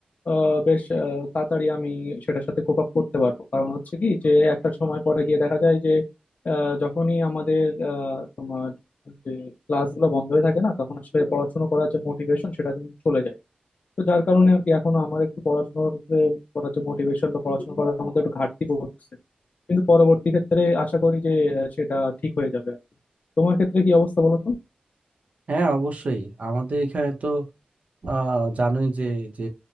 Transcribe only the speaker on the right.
হ্যাঁ অবশ্যই আমাদের এখানে তো আহ জানোই যে যে